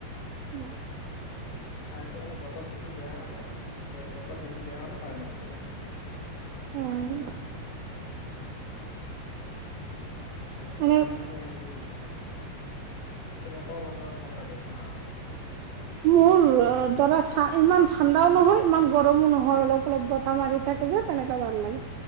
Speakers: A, on the right; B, on the left.
A: উম,
B: কাৰটো মানে বতৰ বেছি বেয়া হ'লে, বতৰ বেছি বেয়া হ'লে, কাৰাৰেট গুছি যায়।
A: উম,
B: আৰু তোমালোকৰ
A: মানে
B: ফালে হেৰি, কেনেকুৱা বতৰ ভাল লাগে তোমাৰ?
A: মোৰ ধৰা, ইমান নহয়, ইমান গৰমো নহয় অলপ অলপ গটা মাৰি থাকিব। তেনেককা ভাল লাগে,